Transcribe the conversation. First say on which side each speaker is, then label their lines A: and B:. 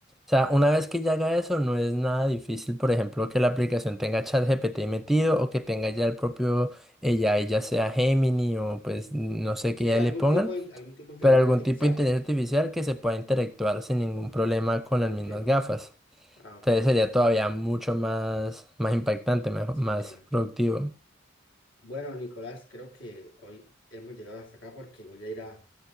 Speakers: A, in the centre; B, on the left (about 70°).
A: sea, una vez que ya haga eso, no es nada difícil, por ejemplo, que la aplicación tenga ChatGPT metido o que tenga ya el propio ella ya sea Gemini o pues no sé qué
B: Sí,
A: ya
B: algún
A: le pongan,
B: tipo de, algún tipo de inteligencia
A: pero algún
B: artificial.
A: tipo de inteligencia artificial que se pueda interactuar sin ningún problema con
B: Ah,
A: las mismas
B: ok.
A: gafas.
B: Ah,
A: Entonces
B: ok, listo.
A: sería todavía mucho más, más impactante, mejor-
B: Sí,
A: más
B: claro.
A: productivo.
B: Bueno, Nicolás, creo que hoy hemos llegado hasta acá porque voy a ir a,